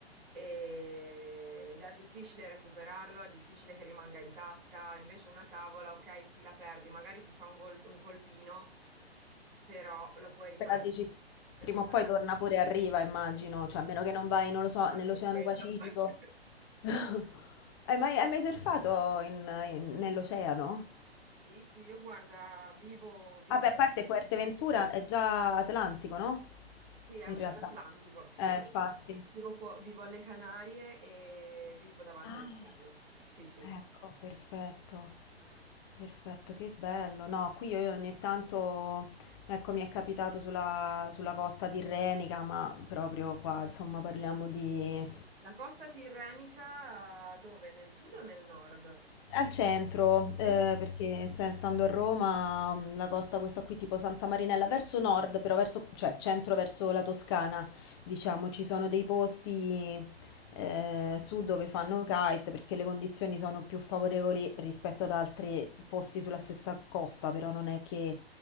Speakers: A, on the right (about 55°); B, on the left (about 25°).
A: E- Ed è difficile recuperarlo, è difficile che rimanga intatta. Invece una tavola, ok, sì, la perdi, magari si fa un, gol- un colpino, però lo puoi riparare.
B: Però dici,
A: Riparare,
B: prima o poi torna pure a riva, immagino,
A: eh sì,
B: cioè a meno che non vai, non lo so,
A: anche
B: nell'Oceano
A: quello.
B: Pacifico.
A: <laughs>
B: <laughs> Hai mai, hai mai surfato in- in- nell'oceano?
A: Sì, sì, io guarda, vivo, vivo...
B: Vabbè, a parte Fuerteventura è già Atlantico, no?
A: Sì, è
B: In
A: Oceano
B: realtà.
A: Atlantico, sì,
B: Eh,
A: io
B: infatti.
A: vi- vivo, qua- vivo alle Canarie e vivo davanti
B: Ah.
A: all'oceano. Sì, sì.
B: Ecco, perfetto. Perfetto, che bello. No, qui io ogni tanto, ecco, mi è capitato sulla, sulla costa tirrenica, ma proprio qua, insomma, parliamo di
A: La costa tirrenica eh, dove? Nel sud o nel nord?
B: Al centro, eh,
A: Nel-
B: perché se- stando a Roma, mh, la costa questa qui tipo Santa Marinella, verso nord, però verso, cioè centro verso la Toscana, diciamo, ci sono dei posti eh, su dove fanno kite perché le condizioni sono più favorevoli rispetto ad altri posti sulla stessa costa, però non è che